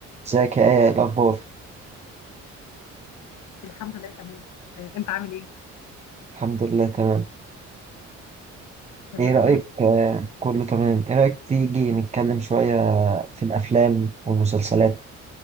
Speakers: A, on the right; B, on the left.
A: ازيك يا ايه إيه الاخبار
B: الحمد لله تمام آه، انت عامل ايه
A: الحمد لله تمام
B: كله
A: ايه
B: تمام
A: رايك آه كله تمام ايه رايك تيجي نتكلم شويه في الافلام والمسلسلات